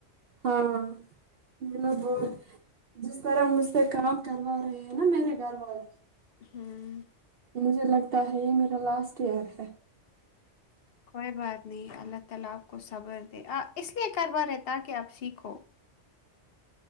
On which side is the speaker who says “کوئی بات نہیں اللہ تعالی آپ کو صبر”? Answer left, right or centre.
Left